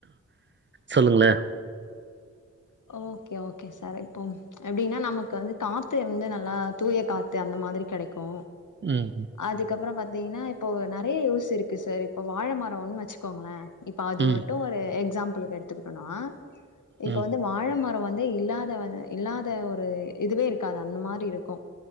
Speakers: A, on the right (about 40°); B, on the left (about 75°).
A: சொல்லுங்களே
B: ஓகே ஓகே சார் இப்போ எப்டின்னா நமக்கு வந்து காத்து வந்து நல்லா தூய காத்து அந்த மாதிரி கெடைக்கு
A: ம் ம்
B: அதுக்கப்பறோ பாத்தீங்கனா இப்போ நெறைய யூஸ் இருக்கு சார் இப்போ வாழ மரோ ஒன்னு வச்சுக்கோங்களே இப்ப அது
A: ம்
B: மட்டு ஒரு எக்ஸாம்பிள்கு எடுத்துக்கிட்டோனா இப்ப
A: ம்
B: வந்து வாழ ம ரோ வந்து இல்லாத வ இல்லாத ஒரு இதுவே இருக்காது அந்த மாரி இருக்கு